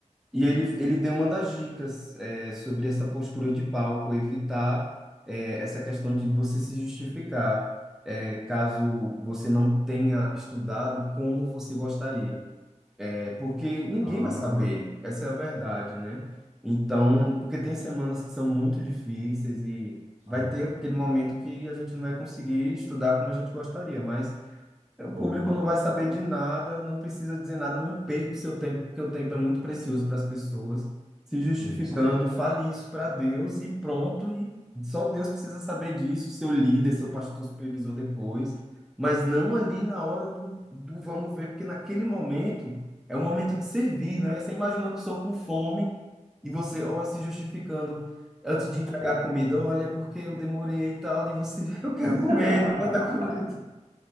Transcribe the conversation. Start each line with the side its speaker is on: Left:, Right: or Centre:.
Centre: e ele, ele deu uma das dicas é, sobre essa postura de palco, evitar é, essa questão de você se justificar, é, caso você não tenha estudado como você gostaria. É, porque ninguém
Right: Ah,
Centre: vai saber, essa é a verdade, né? Então, porque tem semanas que são muito difíceis e
Right: são,
Centre: vai ter aquele momento que a gente não vai conseguir estudar como a gente gostaria, mas o
Right: tô,
Centre: público
Right: não,
Centre: não vai saber de nada, não precisa dizer nada, não perca o seu tempo, porque o tempo é muito precioso para as pessoas. Se justificando,
Right: sim.
Centre: fale isso para Deus e pronto, e só Deus precisa saber disso, seu líder, seu pastor supervisor depois, mas não ali na hora do, do vamos ver, porque naquele momento é o momento de servir, né? Você imagina uma pessoa com fome e você, ó, se justificando antes de entregar a comida, olha, é porque eu demorei e tal, e você, <laughs> eu quero comer,
Right: <laughs>
Centre: manda a comida.